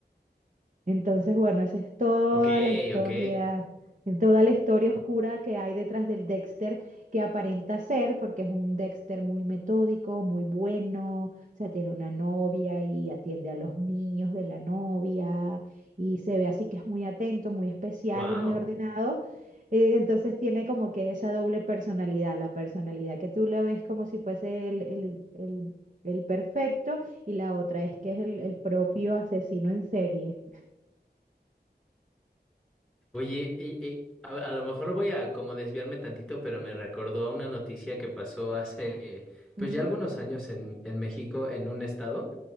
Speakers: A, on the right; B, in the centre.
A: Entonces, bueno, esa es toda
B: Ok,
A: la historia,
B: ok.
A: en toda la historia oscura que hay detrás del Dexter, que aparenta ser, porque es un Dexter muy metódico, muy bueno, o sea, tiene una novia y atiende a los niños de la novia, y se ve así que es muy atento, muy especial
B: Wow.
A: y muy ordenado. Eh, Entonces tiene como que esa doble personalidad, la personalidad que tú la ves como si fuese el, el- el- el perfecto y la otra es que es el el propio asesino en serie.
B: Oye, y, y a, a lo mejor voy a como desviarme tantito, pero me recordó a una noticia que pasó hace, pues
A: Mm,
B: ya algunos años en, en México, en un estado.